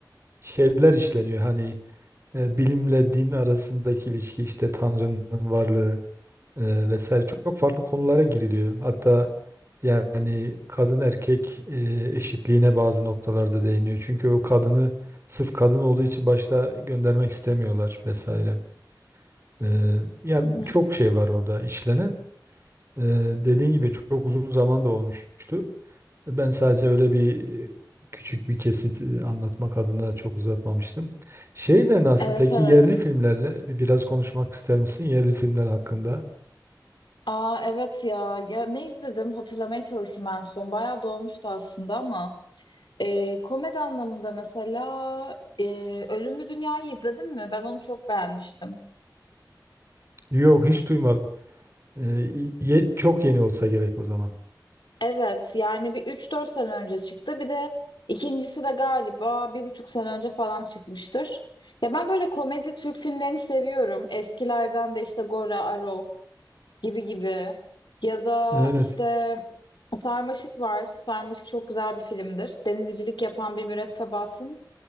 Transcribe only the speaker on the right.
şeyler işleniyor. Hani e, bilimle din arasındaki ilişki işte Tanrı'nın varlığı e, vesaire çok, çok farklı konulara giriliyor. Hatta yani kadın erkek e, eşitliğine bazı noktalarda değiniyor. Çünkü o kadını sırf kadın olduğu için başta göndermek istemiyorlar vesaire. E, yani
çok şey var orada işlenen. E, dediğin gibi çok uzun zaman da olmuştu. Ben sadece öyle bir e, küçük bir kesit e, anlatmak adına çok uzatmamıştım. Şeyle nasıl
peki
yerli filmlerle bir- biraz konuşmak ister misin yerli filmler hakkında?
Yok hiç duymadım. Ee, ye- çok yeni olsa gerek o zaman.
Evet.